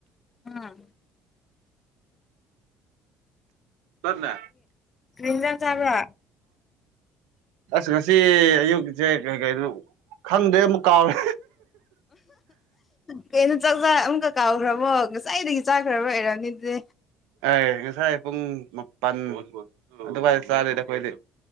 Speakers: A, on the left; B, on the right.
A: ꯎꯝ
B: ꯇꯅꯦ
A: ꯀꯔꯤ ꯏꯟꯖꯥꯡ ꯆꯥꯕ꯭ꯔꯥ
B: ꯑꯁ ꯉꯁꯤ ꯑꯌꯨꯛꯁꯦ ꯀꯩ ꯀꯩꯅꯣ ꯈꯪꯗ꯭ꯔꯦ ꯑꯃꯨꯛ ꯀꯥꯎꯔꯦ
A: ꯀꯩꯅꯣ ꯆꯥꯛ ꯆ ꯑꯃꯨꯛꯀ ꯀꯥꯎꯈ꯭ꯔꯕꯣ ꯉꯁꯥꯏꯗꯒꯤ ꯆꯥꯈ꯭ꯔꯕ ꯂꯩꯔꯕꯝꯅꯤ ꯑꯗꯨꯗꯤ
B: ꯑꯦ ꯉꯁꯥꯏ ꯄꯨꯡ ꯃꯥꯄꯜ ꯑꯗꯨꯏꯗ ꯆꯥꯗꯗ ꯑꯩꯈꯣꯏꯗꯤ